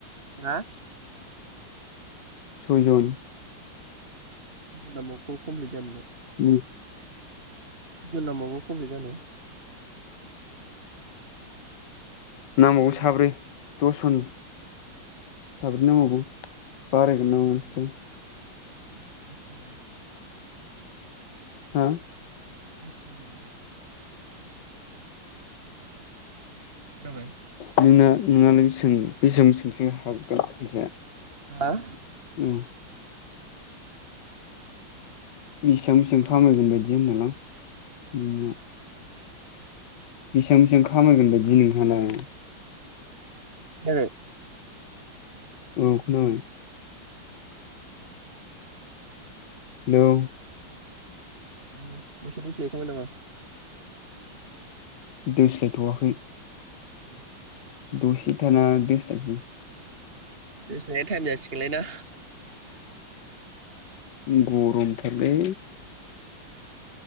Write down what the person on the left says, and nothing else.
सयजन
उम
नांबावगौ
साब्रै, दसजन साब्रै नांबावगौ बारायगोनसो
नामाथाय?
हा?
आंना नोंना नोंना सों? बेसेबांसोसिम हाबगोन फैसाया?
औ। नि बेसेबां बेसिबां खामायगोन बायदि होनदोंलां? नोंनियाव। बेसिबां बेसिबां खामायगोन बायदि नोंहालाय?
औ खोनाबाय। हेलौ।
दोस्लायथवाखै।
दसे थाना दोस्लायनोसै।
गरम थालै।